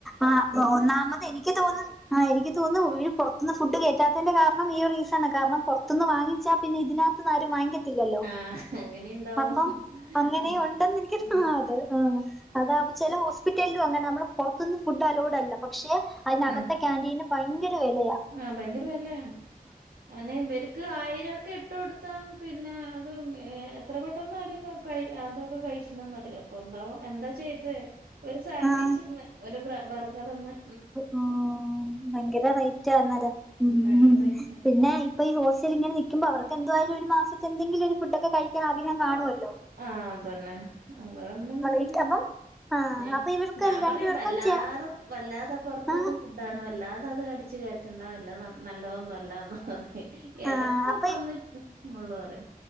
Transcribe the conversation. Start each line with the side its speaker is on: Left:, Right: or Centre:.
Centre: ആഹ് ഒ ഒന്നാമത് എനിക്ക് തോന്ന് ആഹ് എനിക്ക് തോന്ന് ഒര് പൊറത്ത്ന്ന് ഫുഡ് കേറ്റാത്തേന്റെ കാരണം ഈ റീസണാ. കാരണം പൊർത്ത്ന്ന് വാങ്ങിച്ചാ പിന്നെ ഇതിനക ത് ന്ന് ആരും വാങ്ങിക്ക ഇല്ലല്ലോ
Right: ആഹ് അങ്ങനെയുണ്ടാവും
Centre: അപ്പം അങ്ങനെ
Right: ആഹ്
Centre: ഉണ്ടെന്ന് എനിക്ക്
Right: ഉം
Centre: ആഹ് തെ ആഹ് അതാവുമ്പോ ചെലവോശ് പിറ്റല്ലും അങ്ങന നമ്മള് പൊർത്ത്ന്ന് ഫുഡ് അലോഡ് അല്ല പക്ഷെ അയിനകത്തെ
Right: ആഹ്
Centre: ക്യാന്റീന് ഭയങ്കര വെലയാ.
Right: ആഹ് ഭയങ്കര വെല അഹന്നെ ഇവര് ക്ക് ആയിരക്കെ ഇട്ട് ട്ത്താം പിന്നെ അത് എത്ര പെട്ടെന്ന് അവർ ക കഴി അതൊക്കെ കഴി <unintelligible> എന്താവോ എന്താ ചെയ്തെ? ഒരു സാൻവിച്ച്
Centre: ആഹ്
Right: ന്ന് ഒരു ബ്ര ബെർഗർ ന്ന്
Centre: ഉം ഭയങ്കര റേറ്റ് അന്നരം ഉം
Right: നല്ല റേറ്റാ
Centre: പിന്നെ പ്പ ഈ ഹോസ്റ്റൽ ഇങ്ങനെ നിക്കുമ്പോ അവർക്ക് എന്തായാലും ഒരു മാസത്തെ എന്തെങ്കിലു ഒരു ഫുഡക്കെ കഴിക്കാൻ ആഗ്രഹം കാണുല്ലോ?
Right: ആഹ് അതന്നെ അഹ് പിന്നെ പിന്നും
Centre: ഇട്ട്
Right: <unintelligible>
Centre: അപ്പം ആ
Right: ഞാൻ
Centre: അപ്പൊ ഇവർക്ക്
Right: ഞാ
Centre: രണ്ടുപേർക്കും
Right: പറയും വെല്ലാതെ
Centre: ചെ
Right: വെല്ലാതെ പൊർത്ത്ത്തെ
Centre: ആ
Right: ഫുഡാണ് വല്ലാതെ അത് അടിച്ച് കേറ്റണ്ട വല്ല മ നല്ലതൊന്നുല്ലാന്ന് പറിം
Centre: ആ
Right: എടക്കൊക്കെന്ന്
Centre: അപ്പൊ
Right: ഉള്ളു റിം.